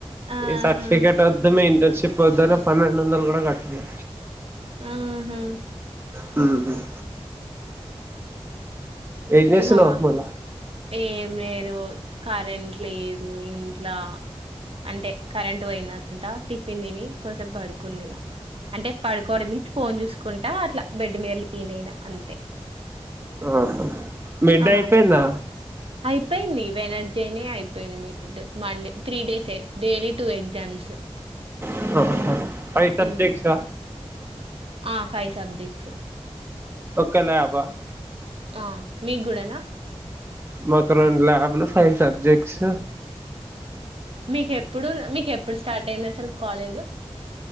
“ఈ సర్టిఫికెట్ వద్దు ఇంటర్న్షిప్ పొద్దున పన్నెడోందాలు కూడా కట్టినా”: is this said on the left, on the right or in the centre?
Right